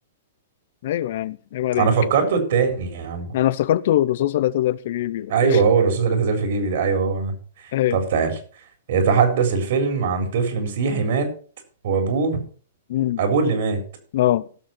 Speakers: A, on the left; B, on the right.
A: أيوه يا عم عيب عليك
B: أنا فكرته التاني يا عم
A: أنا افتكرته الرصاصة لا تزال في جيبي
B: أيوه هو
A: <laughs>
B: الرصاص لا تزال في جيبي ده أيوه هو أنا
A: أيوه
B: طب تعال يتحدث الفيلم عن طفل مسيحي مات وأبوه
A: أمم.
B: أبوه اللي مات
A: أه